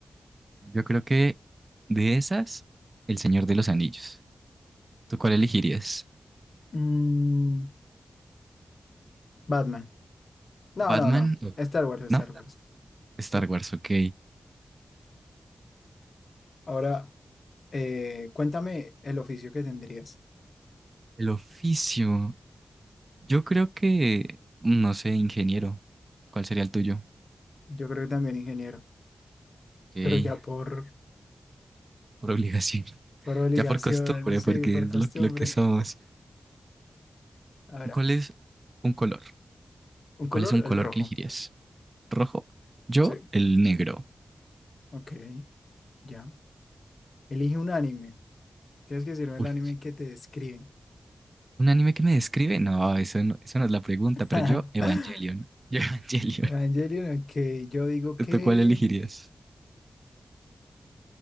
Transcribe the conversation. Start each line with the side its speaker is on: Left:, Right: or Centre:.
Right: Yo creo que de esas, El Señor de los Anillos. ¿Tú cuál elegirías?
Left: Mm, Batman. No,
Right: ¿Batman?
Left: no, no.
Right: o-
Left: Star Wars,
Right: No,
Left: Star Wars.
Right: Star
Left: Sí.
Right: Wars, ok.
Left: Ahora, eh, cuéntame el oficio que tendrías.
Right: El oficio. Yo creo que, no sé, ingeniero. ¿Cuál sería el tuyo?
Left: Yo creo que también ingeniero,
Right: Ok,
Left: pero ya por,
Right: por obligación. <laughs>
Left: por obligación,
Right: Ya por costumbre,
Left: sí,
Right: porque
Left: por
Right: es
Left: costumbre.
Right: lo, lo que somos.
Left: <laughs> Ahora,
Right: ¿Cuál es un color?
Left: un color,
Right: ¿Cuál es un color
Left: el rojo.
Right: que elegirías? ¿Rojo? Yo,
Left: Sí.
Right: el negro.
Left: Ok, ya. Elige un anime. Tienes que decirme
Right: Uy,
Left: el anime que te describe.
Right: ¿Un anime que me describe? No, eso no, eso no es la pregunta, pero
Left: <laughs>
Right: yo, Evangelion. Yo, <laughs> Evangelion.
Left: Evangelion, ok. Yo digo
Right: ¿Tú
Left: que.
Right: cuál elegirías?